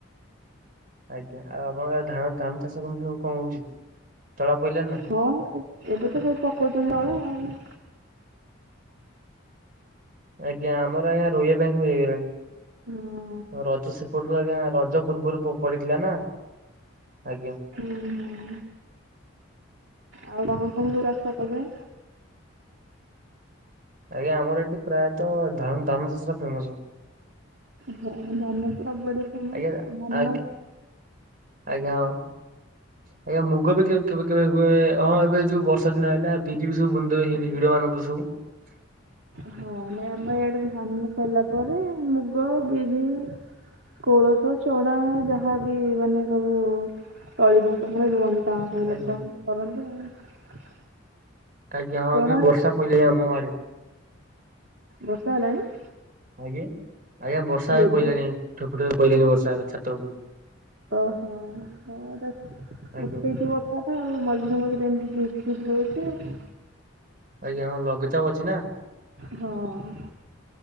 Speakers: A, on the right; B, on the right.
A: ଆଜ୍ଞା ଆଉ ଆପଣଙ୍କ ଆଡ଼େ ଧା ଧାନ ଚାଷ କେମିତି କଣ ହଉଛି? ତଳା ପଇଲାଣି ନା
B: ହଁ ଏବେ ତ ସବୁ ପକଉଛନ୍ତି ତଳି।
A: ଆଜ୍ଞା ଆମର ଆଜ୍ଞା ରୋଇବା ପାଇଁ ସବୁ ହେଇଗଲାଣି।
B: ହଁ
A: ରଜ ସେପଟରୁ ଆଜ୍ଞା ରଜ ପୂର୍ବରୁ ପଡିଥିଲା ନା। ଆଜ୍ଞା।
B: ହୁଁ ହୁଁ ଆଉ <unintelligible> ରାସ୍ତା କେବେ?
A: ଆଜ୍ଞା ଆମର ଏଠି ପ୍ରାୟତଃ ଧା ଧାନ ଚାଷ ଟା ଫେମସ।
B: ହଁ ଧାନ ତ ସବୁ ଆଡେ ଫେମସ
A: ଆଜ୍ଞା
B: ଆଉ। ଧାନ
A: ଆଗ୍ ଆଜ୍ଞା ହଁ। <inaudible> ଆଜ୍ଞା ମୁଗ ବି କେବେ କେବେ ହୁଏ ହଁ ଏବେ ଯୋଉ ବର୍ଷା ଦିନ ଆଇଲା ବିରି ବି ସବୁ ବୁଣି ଦେବେ ହିଡ ମାନଙ୍କରେ ସବୁ। <inaudible>
B: ହଁ ନାଇଁ ଆମ ଆଡେ ଧାନ ସଇଲା ପରେ ମୁଗ, ବିରି କୋଳଥ, ଚଣା ଯାହାବି ମାନେ ସବୁ ତଳି ମାନେ ରୁଅନ୍ତି। ତା ସବୁ
A: ଆଜ୍ଞା
B: ଲୋକ କରନ୍ତୁ ଆଉ।
A: ଆଜ୍ଞା ହଁ
B: ଚଣା
A: ଏବେ ବର୍ଷା ପଇଲାଣି ଆମ ଆଡେ।
B: ବର୍ଷା ହେଲାଣି?
A: ଆଜ୍ଞା ଆଜ୍ଞା ବର୍ଷା
B: ଦେବେ
A: ହେ ପଇଲାଣି ଠୋପେ ଠୋପେ ପଇଲାଣି ବର୍ଷା ଏବେ ଛାତ ଉପରେ।
B: ଓହୋ ହଁ
A: ଆଜ୍ଞା
B: ଉଠେଇଛି ବର୍ଷାଟା ଆଉ ମଝିରେ ମଝିରେ ଏମିତି ହଉଚି ଆଉ।
A: ଆଜ୍ଞା ହଁ ଲଘୁଚାପ ଅଛି ନା।
B: ହଁ।